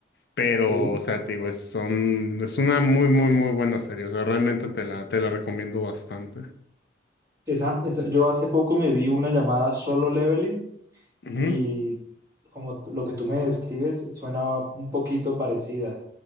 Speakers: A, on the left (about 55°); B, on the right (about 15°).
A: pero,
B: Ok.
A: o sea, te digo, es, son, es una muy, muy, muy buena serie. O sea, realmente te la, te la recomiendo bastante.
B: Esa- esa- yo hace poco me vi una llamada Solo Leveling.
A: Ujú,
B: y como lo que tú me describes suena un poquito parecida.